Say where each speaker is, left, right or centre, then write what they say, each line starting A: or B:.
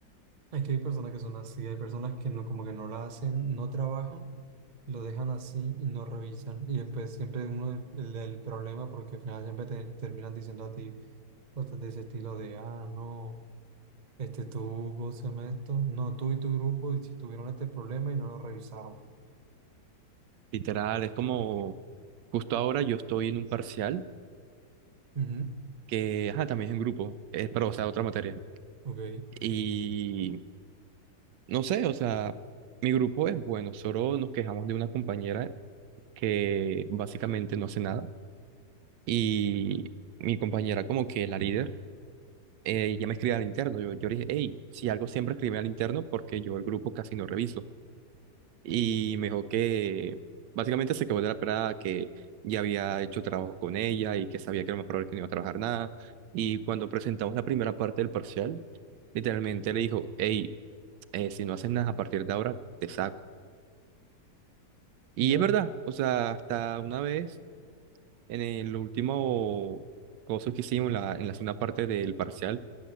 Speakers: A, on the right; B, on the right.
A: Es que hay personas que son así, hay personas que no, como que no la hacen, no trabajan, lo dejan así y no revisan. Y después siempre uno el, el- el problema porque al final siempre te terminan diciendo a ti cosas de ese estilo de, ah, no, este tú, ¿cómo se llama esto? No, tú y tu grupo y si tuvieron este problema y no lo revisaron.
B: Literal, es como justo ahora yo estoy en un parcial
A: Ujú,
B: que, ajá, también es en grupo, es, pero o sea, otra materia.
A: Ok,
B: Y no sé, o sea, mi grupo es bueno, solo nos quejamos de una compañera que básicamente no hace nada. Y mi compañera como que la líder, eh, ella me escribe al interno, yo, yo le dije, hey, si algo siempre escribe al interno porque yo el grupo casi no reviso. y me dijo que básicamente se quedó de la pelada que ya había hecho trabajo con ella y que sabía que era lo más probable que no iba a trabajar nada. Y cuando presentamos la primera parte del parcial, literalmente le dijo, hey, eh, si no haces nada a partir de ahora, te saco. Y
A: ya.
B: es verdad, o sea, hasta una vez en el último coso que hicimos, en la, en la segunda parte del parcial,